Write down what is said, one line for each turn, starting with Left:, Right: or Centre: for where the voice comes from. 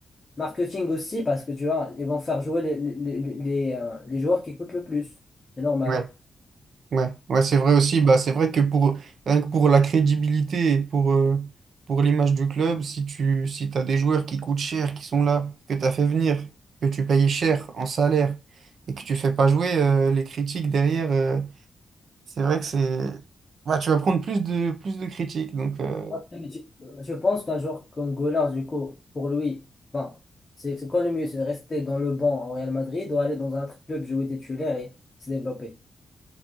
Left: Marketing aussi, parce que tu vois, ils vont faire jouer les, les, les, les, euh, les joueurs qui coûtent le plus. C'est normal.
Right: Ouais. Ouais, ouais, c'est vrai aussi. Bah, c'est vrai que pour, rien que pour la crédibilité et pour, euh, pour l'image du club, si tu si t'as des joueurs qui coûtent cher, qui sont là, que tu as fait venir, que tu payes cher en salaire et que tu fais pas jouer, euh, les critiques derrière, euh, c'est vrai que c'est. Bah, tu vas prendre plus de, plus de critiques. Donc, euh,
Left: Ah, mais tu- Je pense qu'un joueur comme Gollars, du coup, pour lui, enfin, c'est c'est quoi le mieux? C'est de rester dans le banc au Real Madrid ou aller dans un autre club jouer titulaire et se développer?